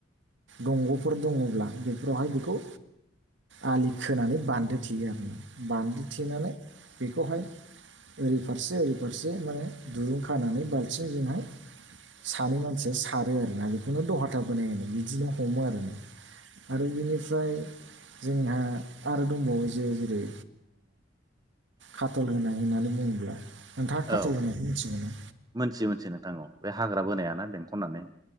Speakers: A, on the right; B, on the right.
A: दंग'फोर दङब्ला बेफोरावहाय बेखौ आलि खोनानै बान्दो थेयो आरो ना बान्दो थेनानै बेखौहाय ओरै फारसे ओरै फारसे माने दुरुं खानानै बाल्थिंजोंहाय सानै मानसिया सारो आरोना बेखौनो दखाथा बोनाय होनो बिदिनो हमो आरोना आरो बिनिफ्राय जोंहा आरो दंबावो जे जेरै कटल होनाय होननानै बुङोब्ला नोंथाङा
B: औ
A: खाटल
B: औ
A: होनायखौ मिथिगौनो
B: मोनथियो मोनथियो नोंथां औ बे हाग्रा बोनायाना बेंखननानै